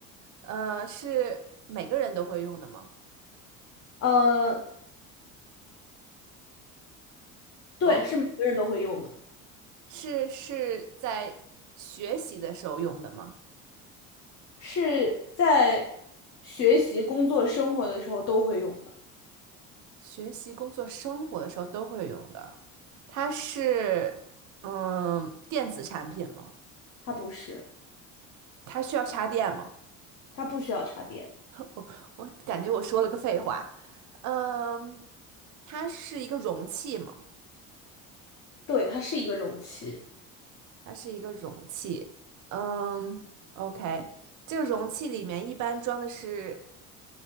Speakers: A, on the right; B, on the left.
A: 呃，是每个人都会用的吗？
B: 呃，对，
A: 嗯，
B: 是每个人都会用的。
A: 是是在学习的时候用的吗？
B: 是在学习、工作、生活的时候都会用的。
A: 学习、工作、生活的时候都会用的。它是，嗯，电子产品吗？
B: 它不是，
A: 它需要插电吗？
B: 它不需要插电。
A: 我我感觉我说了个废话。嗯，它是一个容器吗？
B: 对，它是一个容器，
A: 它是一个容器。嗯，OK，这个容器里面一般装的是